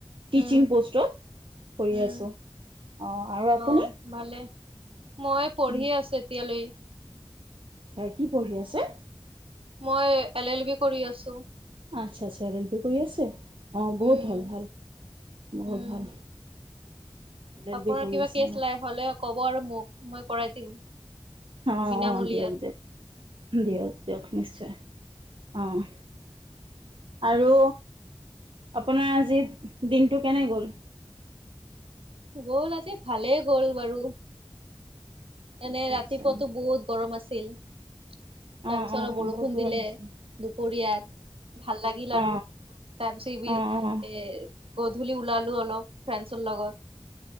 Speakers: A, on the right; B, on the right.
A: টিচিং
B: উম
A: প'ষ্টত কৰি
B: উম
A: আছোঁ অ', আৰু আপুনি?
B: অ ভালে মই পঢ়ি
A: উম
B: আছো এতিয়ালৈ।
A: আচ্ছা কি পঢ়ি আছে?
B: মই এল এল বি কৰি আছোঁ।
A: আচ্ছা আচ্ছা এল এল বি কৰি আছে অ', বহুত
B: উম
A: ভাল ভাল বহুত
B: উম
A: ভাল। এল এল
B: আপোনাৰ
A: বি কৰি
B: কিবা
A: আছে
B: কেছ
A: ন
B: লাই হলে ক'ব আৰু মোক মই কৰাই দিম।
A: অ',
B: বিনামূলীয়াত
A: অ', দিয়ক - দিয়ক - দিয়ক। দিয়ক নিশ্চয় অহ আৰু আপোনাৰ আজি দিনটো কেনে গ'ল?
B: গ'ল আজি ভালেই গ'ল বাৰু। এনে
A: আচ্ছা
B: ৰাতিপুৱাতো
A: আচ্ছা
B: বহুত গৰম আছিল। তাৰপিছত
A: অঁ অঁ
B: অলপ বৰষুণ
A: বহুত গৰম
B: দিলে
A: আছে
B: দুপৰীয়াত ভাল লাগিল আৰু।
A: অঁ
B: তাৰ পিছত এইবি
A: অঁ অঁ
B: এৰ গধূলি ওলালোঁ অলপ ফ্ৰেণ্ডছৰ লগত।